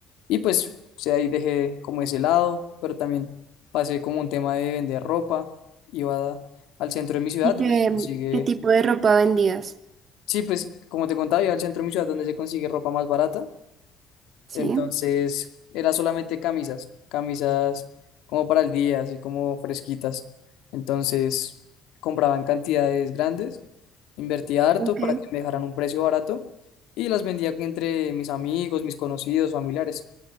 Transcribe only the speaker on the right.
¿Y
qué,
qué tipo de ropa vendías?
Sí.
Ok.